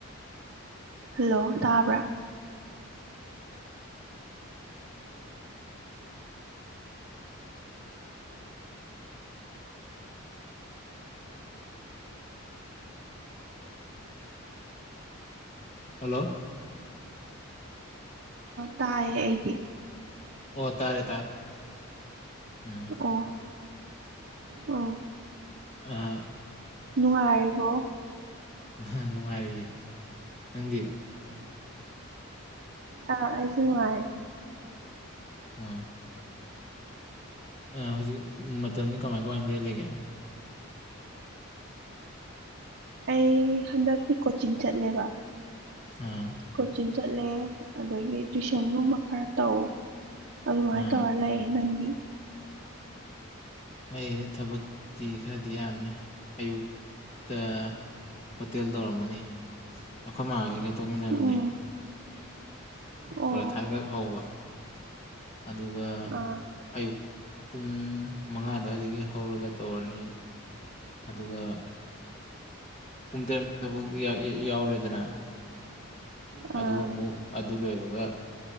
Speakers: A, on the right; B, on the left.
A: ꯍꯜꯂꯣ ꯇꯥꯕ꯭ꯔꯥ
B: ꯍꯜꯂꯣ
A: ꯇꯥꯏꯌꯦ ꯑꯩꯗꯤ
B: ꯑꯣ ꯇꯥꯔꯦ ꯇꯥꯔꯦ ꯎꯝ
A: ꯑꯣ ꯑꯣ
B: ꯑ
A: ꯅꯉꯥꯏꯔꯤꯕ
B: ꯅ ꯅꯨꯡꯉꯥꯏꯔꯑꯦ ꯅꯪꯗꯤ
A: ꯑꯥ ꯑꯩꯁꯨ ꯅꯨꯡꯉꯥꯏ
B: ꯑ ꯑ ꯍꯧꯖꯤꯛ ꯃꯇꯝꯁꯤ ꯀꯃꯥꯏ ꯀꯃꯥꯏ ꯂꯦꯜꯂꯤꯒꯦ
A: ꯑꯩ ꯍꯟꯗꯛꯇꯤ ꯀꯣꯆꯤꯡ ꯆꯠꯂꯦꯕ
B: ꯑ
A: ꯀꯣꯆꯤꯡ ꯆꯠꯂꯦ ꯑꯗꯒꯤ ꯇꯨꯏꯁꯟꯒꯨꯝꯕ ꯈꯔ ꯇꯧ ꯑꯗꯨ ꯃꯥꯥꯏ
B: ꯑꯥ
A: ꯇꯧꯔꯂꯦ ꯅꯪꯗꯤ
B: ꯑꯩ ꯊꯕꯛꯇꯤ ꯈꯔꯗꯤ ꯌꯥꯝꯃꯦ ꯑꯌꯨꯛꯇ ꯍꯣꯇꯦꯜ ꯇꯧꯔꯝꯃꯅꯤ ꯑꯩꯈꯣꯏ ꯃꯥꯩꯒ ꯇꯧꯃꯤꯟꯅꯕꯅꯦ
A: ꯎꯝ ꯑꯣ
B: ꯄꯔꯊꯥꯈꯛ ꯍꯧꯕ ꯑꯗꯨꯒ
A: ꯑꯥ
B: ꯑꯌꯨꯛ ꯄꯨꯡ ꯃꯉꯥ ꯑꯗꯨꯏꯗꯒꯤ ꯍꯧꯔꯒ ꯇꯧꯔꯅꯤ ꯑꯗꯨꯒ ꯄꯨꯡ ꯇꯔꯦꯠ ꯊꯕ ꯌꯥꯎꯔꯦꯗꯅ
A: ꯑꯥ
B: ꯑꯗꯨ ꯑꯃꯨꯛ ꯑꯗꯨ ꯂꯣꯏꯕꯒ